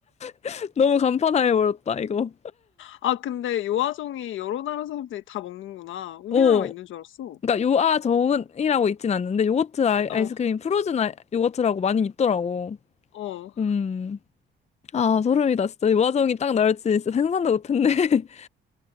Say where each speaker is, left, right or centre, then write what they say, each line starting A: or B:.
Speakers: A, on the left (about 35°); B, on the left (about 80°).
A: <laughs> 너무 간판당해버렸다, 이거.
B: 아, 근데 요아정이 여러 나라 사람들이 다 먹는구나. 우리나라만
A: 오.
B: 있는 줄 알았어.
A: 그러니까 요아정은이라고 있진 않는데, 요거트 아이,
B: 어,
A: 아이스크림, 프로즌 아이, 요거트라고 많이 있더라고.
B: 어.
A: 음. 아, 소름이다, 진짜. 요아정이 딱 나올지 진짜 상상도 못했네. <laughs>